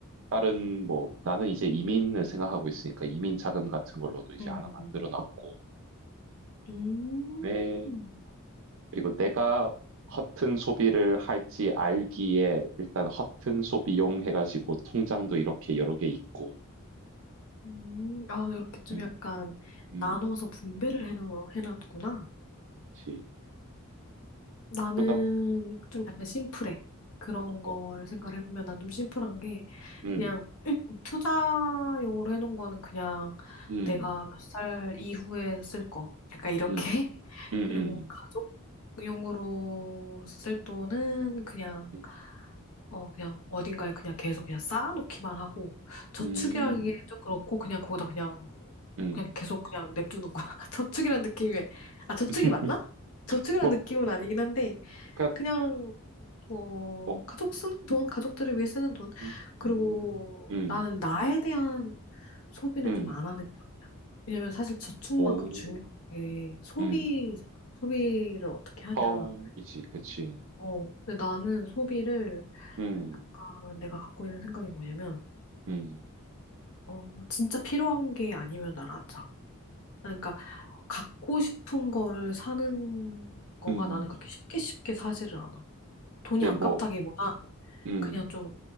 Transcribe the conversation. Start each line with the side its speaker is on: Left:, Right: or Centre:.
Right: 다른 뭐 나는 이제 이민을 생각하고 있으니까 이민 자금 같은 걸로도 이제
Left: 음,
Right: 하나 만들어 놨고
Left: 음,
Right: 네. 그리고 내가 허튼 소비를 할지 알기에 일단 허튼 소비용 해가지고 통장도 이렇게 여러 개 있고,
Left: 음. 아, 이렇게 좀
Right: 음,
Left: 약간
Right: 음,
Left: 나눠서 분배를 해놓, 해놨구나.
Right: 그렇지
Left: 나는
Right: 그러다, 음,
Left: 좀 약간 심플해. 그런
Right: 어떤,
Left: 거를 생각해보면 난 좀 심플한 게
Right: 음,
Left: 그냥 투자용으로 해놓은 거는 그냥
Right: 음,
Left: 내가 몇 살 이후에 쓸 거. 약간 이렇게.
Right: 음,
Left: <laughs>
Right: 음,
Left: 그리고 가족용으로 쓸 돈은 그냥,
Right: 음,
Left: 어, 그냥 어딘가에 그냥 계속 그냥 쌓아놓기만 하고, 저축이라는
Right: 음,
Left: 게좀 그렇고, 그냥 거기다 그냥,
Right: 음,
Left: 그냥 계속 그냥 냅두는 거야. <laughs> 저축이라는 느낌이, 왜- 아, 저축이
Right: <laughs>
Left: 맞나? 저축이라는
Right: 뭐,
Left: 느낌은 아니긴 한데,
Right: 그
Left: 그냥 뭐
Right: 뭐,
Left: 가족 쓰는 돈,
Right: 음,
Left: 가족들을 위해 쓰는 돈.
Right: 음,
Left: 그리고
Right: 음, 음,
Left: 나는 나에 대한 소비는
Right: 음.
Left: 좀 안 하는 편이야. 왜냐면 사실 저축만큼
Right: 오,
Left: 중요한 게 소비잖아.
Right: 음,
Left: 소비를 어떻게 하냐.
Right: 턴이지, 그치.
Left: 어, 근데 나는 소비를
Right: 음,
Left: 약간 내가 갖고 있는 생각이 뭐냐면,
Right: 음,
Left: 어, 진짜 필요한 게 아니면 난 안 사. 그러니까 갖고 싶은 거를 사는 거가
Right: 음,
Left: 나는 그렇게 쉽게 쉽게 사지를 않아. 돈이
Right: 이게
Left: 아깝다기보다
Right: 뭐, 음,
Left: 그냥 좀